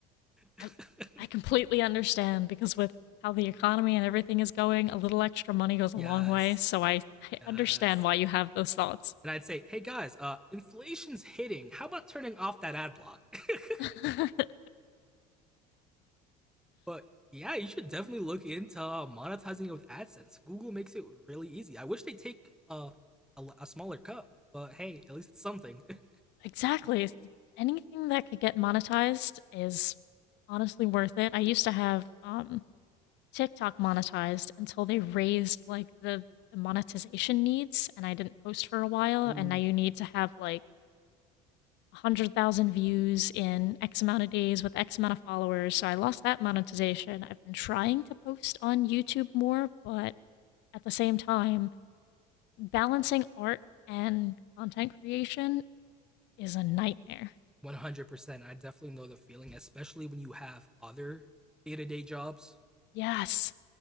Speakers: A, in the centre; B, on the left.
A: head.
B: I, I completely understand because with how the economy and everything is going, a little extra money goes a
A: <laughs> yes,
B: long way. So I, I
A: yes.
B: understand why you have those thoughts.
A: And I'd say, hey guys, uh, inflation's hitting. How about turning off that ad block? <laughs>
B: <laughs>
A: But yeah, you should definitely look into uh, monetizing it with AdSense. Google makes it really easy. I wish they take a a a smaller cut, but hey, at least it's something. <laughs>
B: exactly. Anything that could get monetized is honestly worth it. I used to have um, TikTok monetized until they raised like the monetization needs, and I didn't post for a while.
A: Ooh,
B: And now you need to have like 100,000 views in X amount of days with X amount of followers. So I lost that monetization. I've been trying to post on YouTube more, but at the same time, balancing art and content creation is a nightmare.
A: 100%. I definitely know the feeling, especially when you have other day-to-day jobs.
B: Yes.